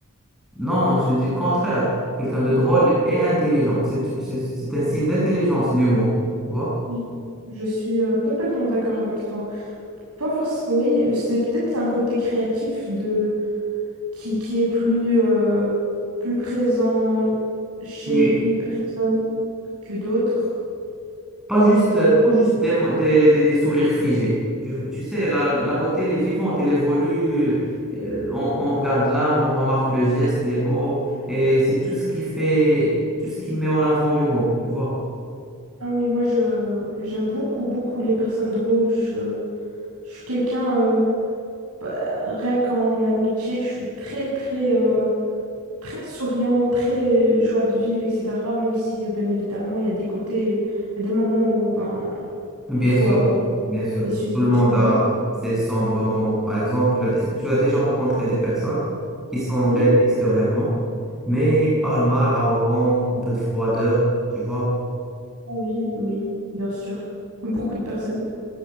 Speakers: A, in the centre; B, on the right.
A: Non, je dis le contraire. Quelqu'un de drôle
B: Ah,
A: et intelligent. C'est c'est- c'est un signe d'intelligence, l'humour. Tu vois?
B: Oui, je suis euh, complètement d'accord avec toi. Pas forcément. Oui, euh, c'est peut-être un côté créatif de qui, qui est plus, euh, plus présent chez
A: Oui.
B: une personne que d'autres.
A: Pas juste,
B: Euh,
A: euh, pas juste des, mo- des, des- des sourires figés. Tu, tu sais, la, la beauté, elle est vivante, elle évolue. Euh, on, on regarde l'âme, on remarque le geste, les mots. Et c'est tout ce qui fait, tout ce qui met en avant l'humour. Tu vois?
B: ah oui, moi je j'aime beaucoup beaucoup les personnes drôles. Je, je suis quelqu'un. euh, bah, rien qu'en amitié, je suis très, très, euh, très souriant, très joie de vivre, etc. Même si, euh, bien évidemment, il y a des côtés, euh, il y a des moments où ben,
A: Bien
B: il faut
A: sûr,
B: aborder
A: bien sûr.
B: des sujets
A: Tout le monde
B: sérieux.
A: a ses sombres moments. Par exemple, est-ce que tu as déjà rencontré des personnes qui sont belles
B: Oui,
A: extérieurement, mais ils parlent mal, arrogants, un peu de froideur, tu vois?
B: ah oui, oui, bien sûr. Comme beaucoup de personnes.